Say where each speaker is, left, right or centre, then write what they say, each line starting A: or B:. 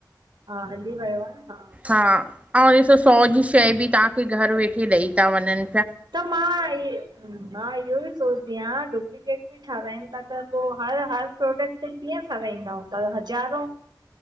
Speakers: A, on the right; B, on the right.
A: हा, हली वयो आ न, हा
B: हा, अऊं ॾिसो सौ जी शै बि तहांखे, घर वेठे ॾई ता वञन।
A: त मां इयो, मां इयोई सोचदी आं, डुप्लिकेट बि ठाराइन ता त पो हर, हर प्रोडक्ट ते कीअं ठाराईंदा हूंदा, हज़ारों